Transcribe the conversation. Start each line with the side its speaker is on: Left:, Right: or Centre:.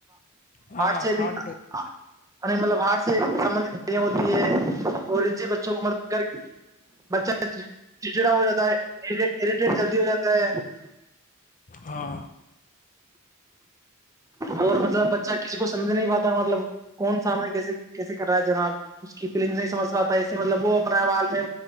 Left: ہاں
Right: آٹ سے <unintelligible>
Left: ہارٹ اٹیک
Right: مطلب ہ سے سب ہوتی ہے <unintelligible> اور ان سے بچوں کو مدد کر کے بچہ چچا ہو جاتا ہےریٹیٹ جلدی ہو جاتا ہے <unintelligible>
Left: ہاں
Right: اور مطلب بچہ کسی کو سمجھ نہیں پاتا مطلب کون سامنے کیسے کیسے کر رہا ہے جناب <unintelligible> اس کی فیلنگ نہیں سجھ پاتا ہے <unintelligible> مطلب وہ اپناال میں